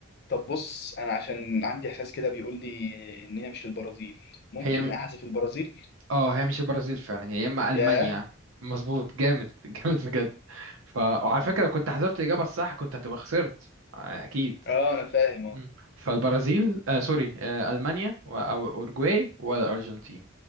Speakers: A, on the left; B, on the right.
A: طب بص انا عشان عندي احساس كده بيقول لي ان هي مش البرازيل ممكن
B: هي م-
A: احذف البرازيل
B: اه هي مش البرازيل فعلا هي يا اما المانيا
A: ياه
B: مظبوط جامد <laughs> جامد بجد ف وعلى
A: مم.
B: فكره لو كنت حسبت الاجابه الصح كنت هتبقى خسرت آه، اكيد
A: اه انا فاهم
B: مم.
A: اه
B: فالبرازيل آه سوري آه المانيا و- او اورجواي والارجنتين